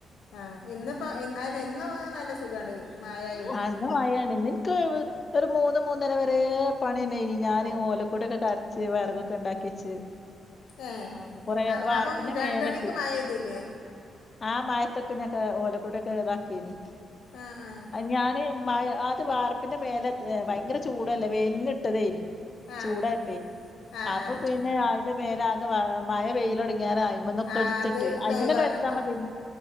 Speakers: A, on the left; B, on the left.
A: ആഹ് ഇന്നിപ്പം ഇൻ അല്ല ഇന്നും നല്ല സുഖണ്ട് മഴായോണ്ട്
B: ആഹ് ഇന്ന് മയാണ് ഇന്നിൻക്ക് ഒരു മൂന്ന് മൂന്നര വരേ പണി തന്നായിനിം ഞാന് ഓലക്കൊടി ഒക്കെ കറച്ച് വിറകൊക്കെ ഉണ്ടാക്കി വെച്ച്
A: ഏഹ്
B: ആഹ് അപ്പൊ കൊറേ
A: ആഹ്
B: വാർപ്പിൻ്റെ
A: അപ്പം രണ്ടണിക്ക്
B: മേലെട്ട്
A: മഴ പെയ്തില്ലേ
B: ആ മയത്തൊക്കെ ഞക്ക് ഓലക്കൊടി ഒക്കെ ഇതാക്കേയ്നിം
A: ആഹ് ആഹ്
B: ഞാന് മയ ആത് വാർപ്പിന്റെ മേലെ ഭയങ്കര ചൂടല്ലേ വെയ്ൽന് ഇട്ടതയിനി
A: ആഹ്
B: ചൂടായിപ്പേ
A: ആഹ്
B: ആപ്പം
A: ആഹ്
B: പിന്നെ അയിന്റെ മേൽ ആകെ വ മഴ പെയ്യലൊടിങ്ങാനായി ഇമ്മൊതൊക്കെ
A: ആഹ്
B: എടുത്തിട്ടേ
A: അത് എടുത്ത്
B: അയ്മനന്നെ
A: ഒഴിവാക്കണം
B: വെച്ചാ മതിന്